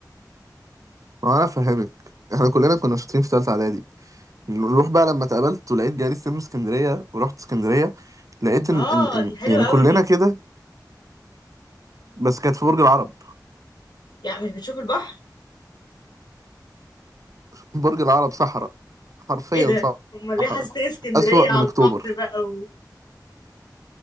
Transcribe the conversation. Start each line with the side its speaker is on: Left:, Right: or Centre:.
Right: ما انا فاهمك احنا كلنا كنا شاطرين في ثالثه اعدادي نروح بقى لما اتقابلت ولقيت جالي سلم اسكندريه ورحت اسكندريه لقيت ان
Left: اه
Right: ان ان
Left: دي حلوة
Right: يعني كلنا
Left: قوي دي
Right: كده بس كانت في برج العرب
Left: يعني مش بتشوف البحر
Right: برج العرب صحراء حرفيا
Left: ايه ده امال ليه
Right: صحراء
Left: حاسسني اسكندريه
Right: اسوأ
Left: على
Right: من اكتوبر
Left: البحر بقى و...